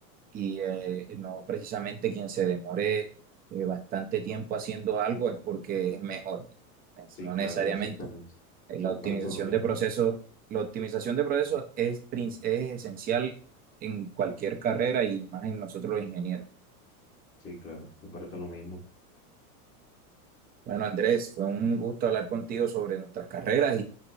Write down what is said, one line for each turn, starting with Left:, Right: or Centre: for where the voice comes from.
Right: y, eh, no precisamente quien se demore eh, bastante tiempo haciendo algo es porque es mejor, es-
Left: Sí,
Right: no
Left: claro,
Right: necesariamente.
Left: exactamente.
Right: Eh, La
Left: Comparto
Right: optimización
Left: lo mismo.
Right: de procesos, la optimización de procesos es, prin- es esencial en cualquier carrera y más en nosotros los ingenieros.
Left: Sí, claro, comparto lo mismo.
Right: Bueno, Andrés, fue un gusto hablar contigo sobre nuestras carreras